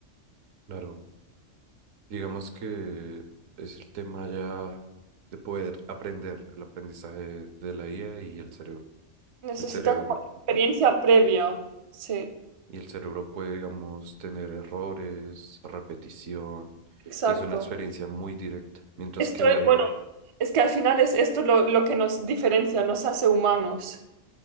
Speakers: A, on the right; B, on the right.
A: Claro, digamos que es el tema ya de poder aprender el aprendizaje de la IA y el cerebro.
B: necesita
A: El cerebro.
B: como experiencia
A: ujú.
B: previa. Sí,
A: Y el cerebro puede, digamos, tener errores, repetición,
B: exacto.
A: y es una experiencia muy directa. Mientras
B: Esto
A: que la
B: es,
A: IA,
B: bueno, es que al final es esto lo, lo que nos diferencia, nos hace humanos.